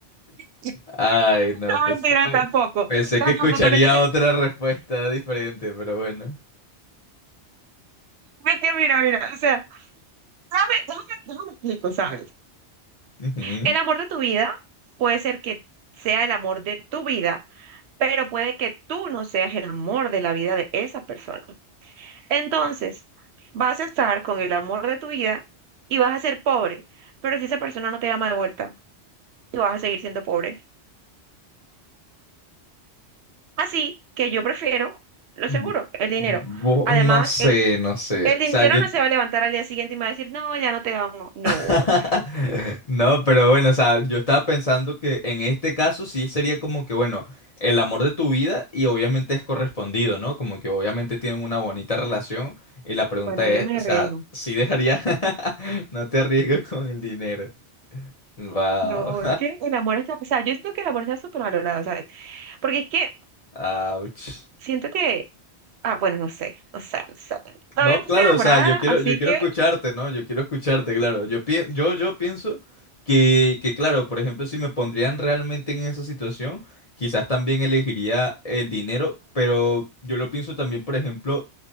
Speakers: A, on the right; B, on the left.
A: <laughs>
B: Ay, no,
A: No,
B: pues,
A: mentira,
B: pe-
A: tampoco.
B: pensé
A: Tampoco,
B: que escucharía
A: pero entonces,
B: otra respuesta diferente, pero bueno.
A: ve que mira, mira. O sea, déjame, déjame, déjame explico, ¿sabes?
B: Ujú.
A: El amor de tu vida puede ser que sea el amor de tu vida, pero puede que tú no seas el amor de la vida de esa persona. Entonces, vas a estar con el amor de tu vida y vas a ser pobre, pero si esa persona no te ama de vuelta, tú vas a seguir siendo pobre. Así que yo prefiero, lo
B: Bu-
A: seguro, el dinero.
B: bu-
A: Además,
B: No sé,
A: el,
B: no sé.
A: el
B: O
A: dinero
B: sea, yo,
A: no se va a levantar al día siguiente y me va a decir, no, ya no te amo. No,
B: <laughs> No, pero bueno, o sea, yo estaba pensando que en este caso sí sería como que, bueno, el amor de tu vida y obviamente es correspondido, ¿no? Como que obviamente tienen una bonita relación y la pregunta
A: bueno, yo
B: es,
A: no me
B: o sea,
A: arriesgo.
B: ¿sí dejaría? <laughs> No te arriesgues con el dinero. Wow.
A: No, es que el amor está, o sea, yo siento que el amor está súper valorado, ¿sabes? Porque es que
B: <laughs> Ouch.
A: siento que, ah, bueno, no sé, o sea, no sé. Todavía
B: No, claro,
A: no estoy enamorada,
B: o sea, yo quiero,
A: así
B: yo quiero
A: que...
B: escucharte, ¿no? Yo quiero escucharte, claro. Yo, pi- yo, yo pienso que, que, claro, por ejemplo, si me pondrían realmente en esa situación, quizás también elegiría el dinero, pero yo lo pienso también, por ejemplo,